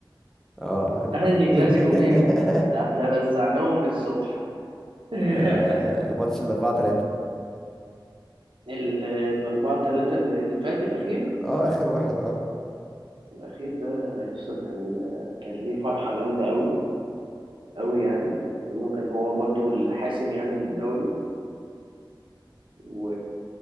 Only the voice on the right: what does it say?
<laughs> انهي
كلاسيكو
فيهم ده احنا رزعناهم للصبح <laughs>
ال- الأربعة تلاتة اللي اللي فات الأخير
الأخير ده يسطا كان كان ليه فرحة جامدة أوي أوي يعني لأنه كان هو برضو الحاسم يعني للدوري و...